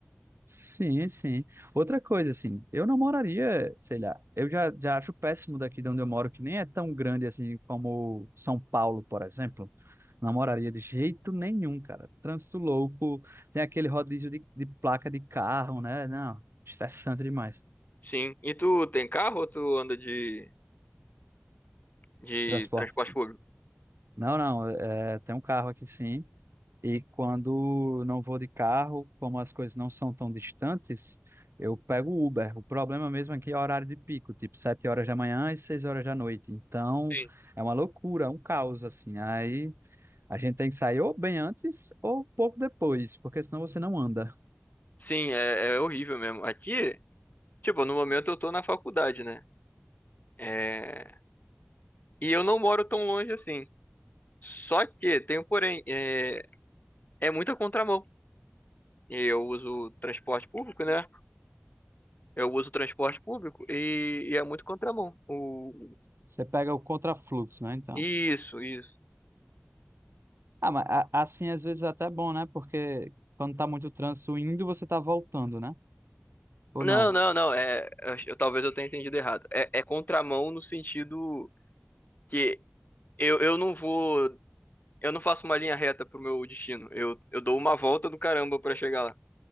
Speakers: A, on the right; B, on the left.
A: Sim, sim. Outra coisa, assim, eu não moraria, sei lá, eu já, já acho péssimo daqui de onde eu moro, que nem é tão grande assim como São Paulo, por exemplo. Não moraria de jeito nenhum, cara. Trânsito louco, tem aquele rodízio de, de placa de carro, né? Não, estressante demais.
B: Sim. E tu tem carro ou tu anda de, de
A: Transporte.
B: transporte público?
A: Não, não, é, tem um carro aqui sim. E quando não vou de carro, como as coisas não são tão distantes, eu pego o Uber. O problema mesmo aqui é o horário de pico, tipo sete horas da manhã e seis horas da noite. Então,
B: Sim.
A: é uma loucura, é um caos, assim. Aí a gente tem que sair ou bem antes ou um pouco depois, porque senão você não anda.
B: Sim, é, é horrível mesmo. Aqui, tipo, no momento eu tô na faculdade, né? É... E eu não moro tão longe assim. Só que, tem um porém, é, é muita contramão. E eu uso transporte público, né? Eu uso transporte público e, e é muito contramão. O...
A: Você pega o contrafluxo, né? Então.
B: Isso, isso.
A: Ah, mas a- assim às vezes é até bom, né? Porque quando tá muito trânsito indo, você tá voltando, né? Ou
B: Não,
A: não?
B: não, não. É, eu, eu- talvez eu tenha entendido errado. É, é contramão no sentido que eu, eu não vou. Eu não faço uma linha reta pro meu destino. Eu, eu dou uma volta do caramba pra chegar lá.